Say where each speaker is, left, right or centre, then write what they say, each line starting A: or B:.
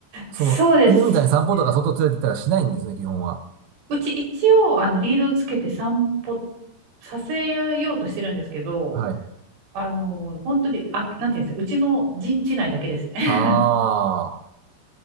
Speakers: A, on the right; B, on the right.
A: その、
B: そうですね。
A: 犬みたいに散歩とか外連れてったらしないんですね、基本は。
B: うち一応、あの、リードつけて散歩させようとしてるんですけど、
A: はい。
B: あの、本当に、あ、なんていうんですか、うちの陣地内だけですね。<laughs>
A: ああ。